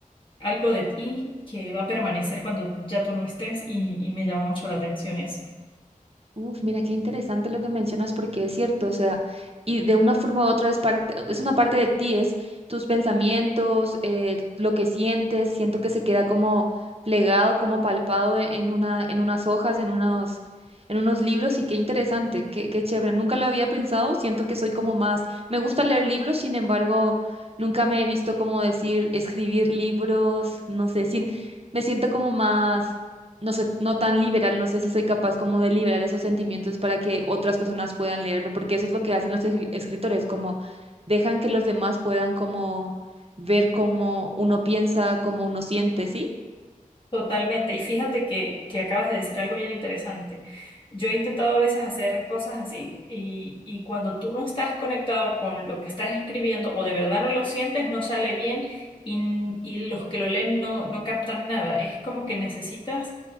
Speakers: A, on the left (about 35°); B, on the right (about 45°).
A: algo de ti que va a permanecer cuando ya tú no estés y, y me llama mucho la atención eso.
B: Uf, mira qué interesante lo que mencionas porque es cierto, o sea, y de una forma u otra es parte, es una parte de ti, es tus pensamientos, eh, lo que sientes, siento que se queda como plegado, como palpado e- en una, en unas hojas, en unos, en unos libros y qué interesante, qué, qué chévere. Nunca lo había pensado, siento que soy como más, me gusta leer libros, sin embargo, nunca me he visto como decir escribir libros, no sé, sin, me siento como más no sé, no tan liberal, no sé si soy capaz como de liberar esos sentimientos para que otras personas puedan leerlo, porque eso es lo que hacen los escri- escritores, como dejan que los demás puedan como ver cómo uno piensa, cómo uno siente, ¿sí?
A: Totalmente. Y fíjate que, que acabas de decir algo bien interesante. Yo he intentado a veces hacer cosas así y, y cuando tú no estás conectado con lo que estás escribiendo o de verdad no lo sientes, no sale bien y, n- y los que lo leen no, no captan nada. Es como que necesitas